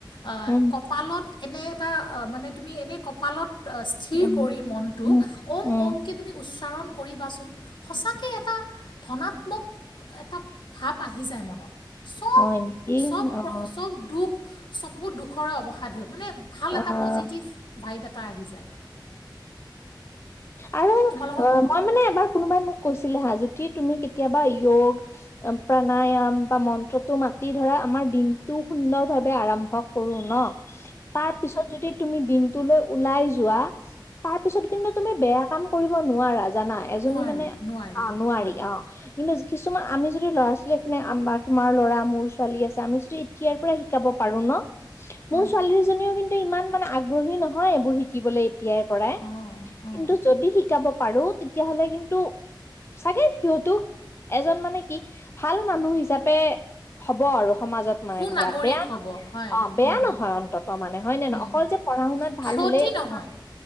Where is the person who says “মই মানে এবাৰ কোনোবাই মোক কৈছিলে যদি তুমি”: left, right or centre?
Left